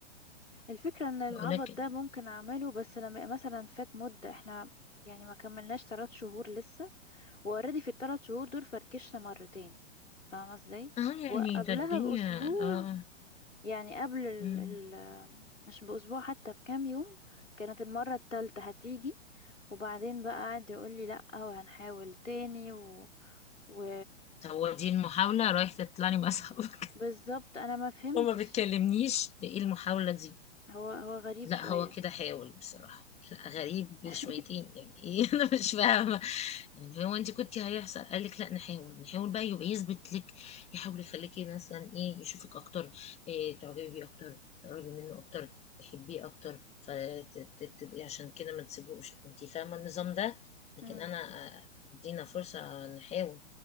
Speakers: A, on the left; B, on the left.
A: الفكره ان العبط
B: يقول لك
A: ده ممكن اعمله بس لما يبقى مثلا فات مده احنا يعني ما كملناش ثلاث شهور لسه واوريدي في الثلاث شهور دول فركشنا مرتين فاهمه ازاي
B: اه يعني
A: وقبلها
B: ده الدنيا
A: باسبوع
B: اه
A: يعني قبل ال...
B: مم.
A: ال... مش بأسبوع حتى بكام يوم كانت المرة التالتة هتيجي وبعدين بقى قعد يقول لي لأ وهنحاول تاني و... و...
B: هو دي المحاولة رايح تطلعني مع صحابك
A: بالظبط أنا ما
B: <laughs>
A: فهمتش
B: وما بتكلمنيش ايه المحاولة دي
A: هو هو غريب
B: لا
A: شوية
B: هو كده حاول بصراحة لا غريب
A: <laughs>
B: شويتين يعني ايه <laughs> انا مش فاهمة يعني هو انت كنت هيحصل قال لك لا نحاول نحاول بقى يبقى يثبت لك يحاول يخليكي مثلا ايه يشوفك اكتر إيه تعجبي بيه اكتر تقربي منه اكتر تحبيه اكتر فتبقي عشان كده ما تسيبوش انت فاهمة النظام ده لكن
A: مم.
B: انا آه، ادينا فرصة نحاول